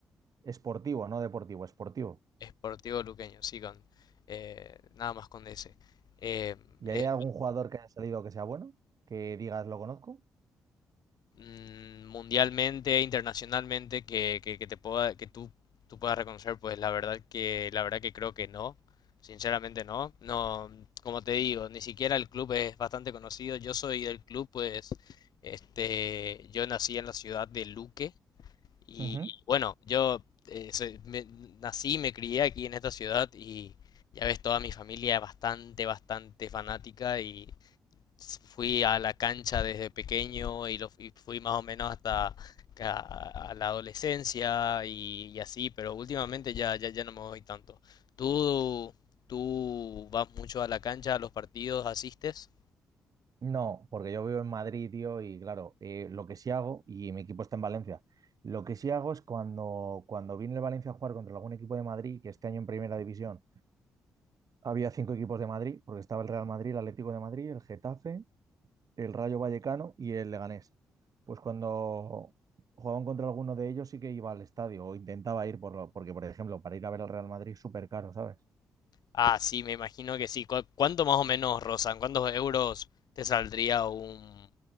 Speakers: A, on the right; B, on the left.
A: Esportivo, no deportivo, esportivo.
B: Sportivo Luqueño, sí, con eh, nada más con ese. Eh,
A: ¿Y
B: eh,
A: hay algún jugador que haya salido que sea bueno? Que digas, lo conozco.
B: mm, mundialmente, internacionalmente, que, que, que te pueda, que tú, tú puedas reconocer, pues la verdad que, la verdad que creo que no. Sinceramente no. No, como te digo, ni siquiera el club es bastante conocido. Yo soy del club, pues, este, yo nací en la ciudad de Luque, Y
A: Ujú.
B: bueno, yo eh, soy- me- nací y me crié aquí en esta ciudad y ya ves, toda mi familia es bastante, bastante fanática y s- fui a la cancha desde pequeño y lo fui, fui más o menos hasta ca- a la adolescencia y, y así, pero últimamente ya, ya, ya no me voy tanto. ¿Tú, tú vas mucho a la cancha, a los partidos, asistes?
A: No, porque yo vivo en Madrid, tío, y claro, eh, lo que sí hago, y mi equipo está en Valencia, lo que sí hago es cuando, cuando vine el Valencia a jugar contra algún equipo de Madrid, que este año en Primera División había cinco equipos de Madrid, porque estaba el Real Madrid, el Atlético de Madrid, el Getafe, el Rayo Vallecano y el Leganés. Pues cuando jugaban contra alguno de ellos sí que iba al estadio o intentaba ir por lo, porque, por ejemplo, para ir a ver al Real Madrid súper caro, ¿sabes?
B: Ah, sí, me imagino que sí. ¿Cu- ¿Cuánto más o menos rozan? ¿Cuántos euros te saldría un,